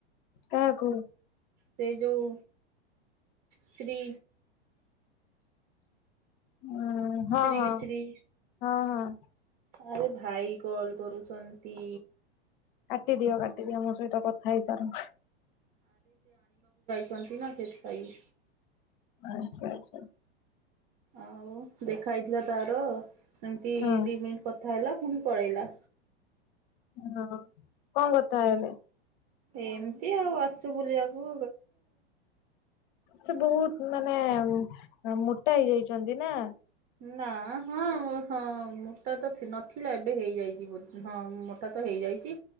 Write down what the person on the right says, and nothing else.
ସେ ଯୋଉ ଶ୍ରୀ।
ଶ୍ରୀ
ଶ୍ରୀ
ଆଉ ଭାଇ କଲ୍ କରୁଚନ୍ତି
ଅଛନ୍ତି ନା ସେଥିପାଇ।
ଆଉ ଦେଖା ହେଇଥିଲା ତାର ଏମିତି
ଦି ମିନିଟ୍ କଥା ହେଲା ପୁଣି ପଳେଇଲା।
ଏମିତି ଆଉ ଆସିଛୁ ବୁଲିବାକୁ
ନା ହଁ ହଁ ମୋଟା ତ ନଥିଲା ଏବେ ହେଇଯାଇଛି ହଁ ମୋଟା ତ ହେଇଛି।